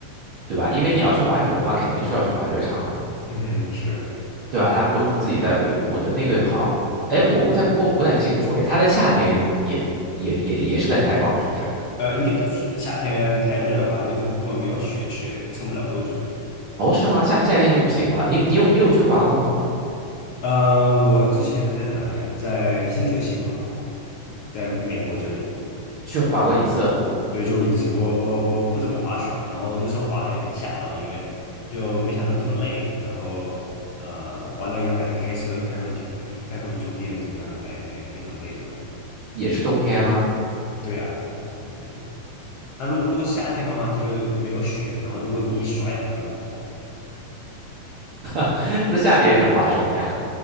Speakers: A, on the right; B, on the left.
A: 对吧？因为你要去滑雪的话，肯定是要去滑雪场啊，
B: 嗯哼，是，
A: 对吧？他们都是自己在维护的。那个好像，哎，我不太，不过我不太清楚，哎，它在夏天也也也也是在开放，是不是？
B: 呃，应该不是，夏天太热的话，它那根根本没有雪，雪撑不了多久。
A: 哦，是吗？夏夏天就不行了。你你有你有去滑过吗？
B: 呃，我之前在哪里啊？在新泽西滑过，在美国这里，
A: 去滑过一次，
B: 对，就一次。我我我不怎么滑雪，然后那时候滑还有点吓到，因为就没想到这么累。然后呃，完了以后还得开车开回酒，开开回酒店，怎么样的，还还非常累这样。
A: 也是冬天吗？
B: 对呀，冬天。它如果如果是夏天的话，它就是没有雪，然后如果你一摔的话就很痛。
A: <laughs> 那夏天是滑什么呀？